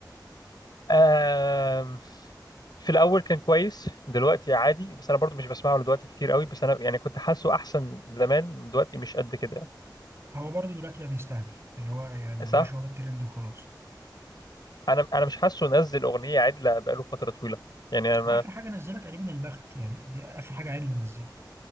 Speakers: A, on the left; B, on the right.
A: آم... في الاول كان كويس دلوقتي عادي بس انا برضو مش بسمعه دلوقتي كتير قوي بس انا يعني كنت حاسه احسن زمان دلوقتي مش قد كده يعني
B: هو برضه دلوقتي بقى بيستعمل اللي هو يعني
A: صح
B: ماشي ورا الترند وخلاص
A: انا انا مش حاسه نزل اغنيه عدله بقاله فتره طويله يعني انا ما...
B: واخر حاجه نزلها تقريبا البخت يعني دي اخر حاجه عادل نزلها